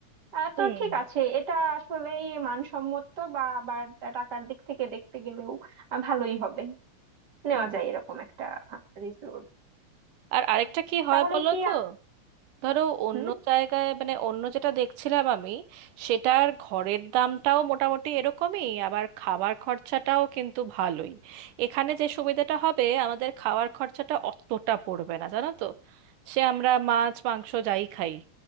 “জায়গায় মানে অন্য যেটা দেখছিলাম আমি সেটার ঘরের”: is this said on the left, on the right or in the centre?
Right